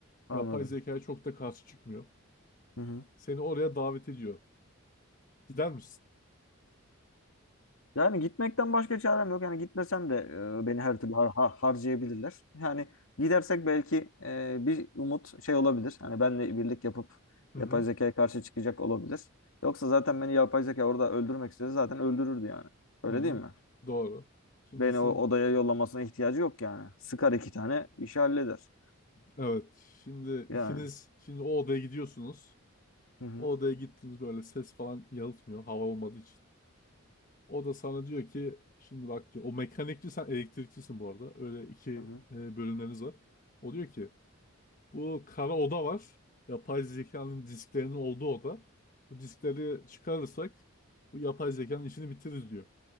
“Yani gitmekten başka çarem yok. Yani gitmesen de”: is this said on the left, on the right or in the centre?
Left